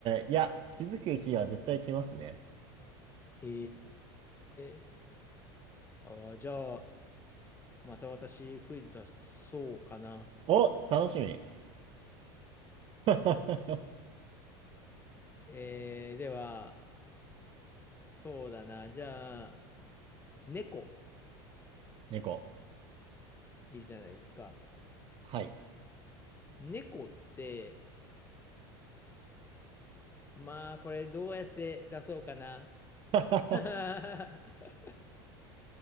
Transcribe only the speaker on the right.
ん、いや、気づく日は絶対来ますね。
お、楽しみ。<laughs>
猫。
はい。
<laughs>